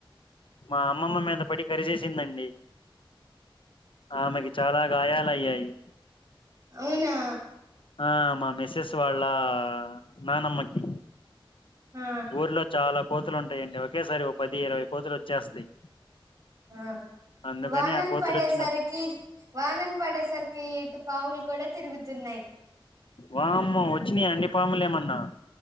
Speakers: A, on the left; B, on the right.
A: మా అమ్మమ్మ మీద పడి కరిసేసిందండి ఆమెకి చాలా గాయలయ్యాయి
B: అవునా
A: ఆ మా మిస్సెస్ వాళ్ళ నానమ్మకి
B: ఆ
A: ఊర్లో చాలా కోతులు ఉంటాయండి ఒకేసారి ఓ పది ఇరవై కోతులు వచ్చేస్తాయి
B: ఆ
A: అందుకని
B: వానలు
A: ఆ కోతులు
B: పడేసరికి
A: వచ్చిన
B: వానలు పడేసరికి ఇటు పాములు కూడా తిరుగుతున్నాయి
A: వామ్మో వచ్చినయా అండి పాములేమన్నా